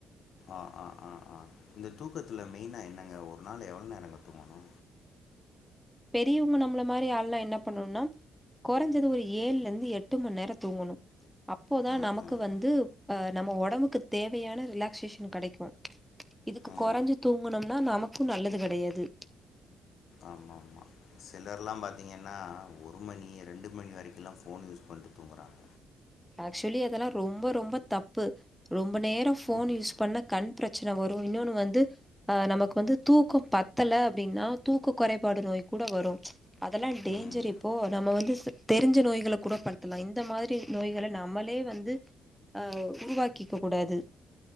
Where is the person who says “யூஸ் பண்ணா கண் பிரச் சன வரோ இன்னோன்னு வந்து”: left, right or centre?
Centre